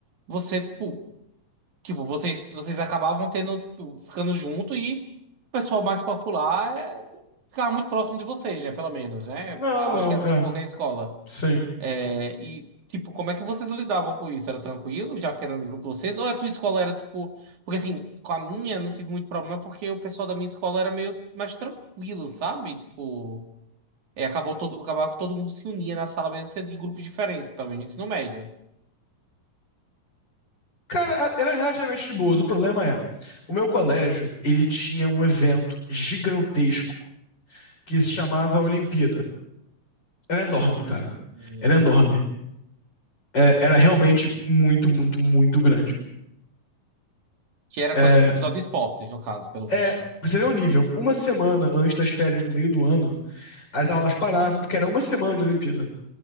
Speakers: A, on the right (about 65°); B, on the left (about 30°).
A: você, tipo, tipo, vocês, vocês acabavam tendo, tipo, ficando junto e o pessoal mais popular é, ficava muito próximo de vocês, né, pelo menos, né?
B: Não,
A: Eu
B: não,
A: acho que é assim
B: é,
A: em qualquer escola.
B: sim.
A: É, e, tipo, como é que vocês lidavam com isso? Era tranquilo, já que era no grupo de vocês? Ou a tua escola era, tipo... Porque, assim, com a minha não tive muito problema, porque o pessoal da minha escola era meio mais tranquilo, sabe? Tipo... É, acabou todo, acabava que todo mundo se unia na sala mesmo, sendo de grupos diferentes, pelo menos no ensino médio.
B: Cara, é- era relativamente de boas. O problema é, o meu colégio, ele tinha um evento gigantesco que se chamava Olimpíada. Era enorme,
A: Hum.
B: cara. Era enorme. é, era realmente muito, muito, muito grande.
A: Que era
B: É,
A: coisa, tipo, só de esportes, no caso, pelo
B: é,
A: visto.
B: você vê o nível. Uma semana antes das férias do meio do ano, as aulas paravam porque era uma semana de Olimpíada.